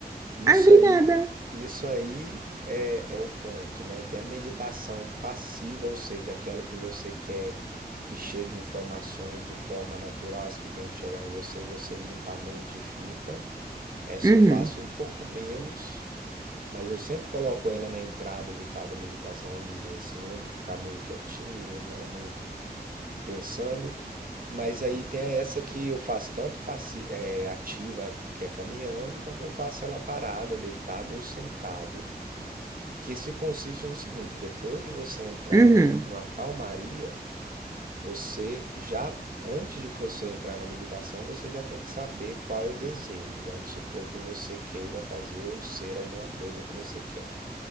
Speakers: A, on the right; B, on the right.
A: Isso
B: Ai, obrigada.
A: aí, isso aí é, é o ponto, né? Tem a meditação passiva, ou seja, aquela que você quer que chegue informações de forma natural, as que tem que chegar em você, você limpa a mente e fica. Essa
B: Uhum,
A: eu faço um pouco menos, Mas eu sempre coloco ela na entrada de cada meditação, vamos dizer assim, uma de ficar meio quietinho, não muito pensando. Mas aí tem essa que eu faço tanto passi- eh, ativa, que é caminhando, quanto eu faço ela parada, deitado ou sentado. Que se consiste no seguinte: depois de você entrar
B: uhum,
A: numa, numa calmaria, você já, antes de você entrar na meditação, você já tem que saber qual é o desejo. Vamos supor que você queira fazer ou ser alguma coisa que você quer.